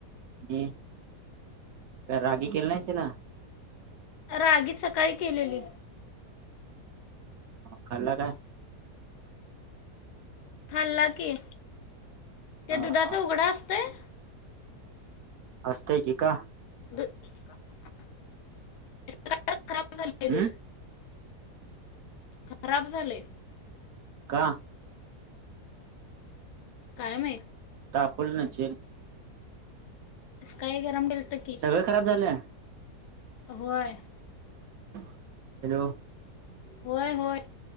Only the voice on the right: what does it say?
हम. रागी केली नाहीस तिला?
खाल्ला काय?
हा
हा
असतय की का?
हम्म
का?
तपवली नसचील.
सगळं खराब झालं.
हॅलो.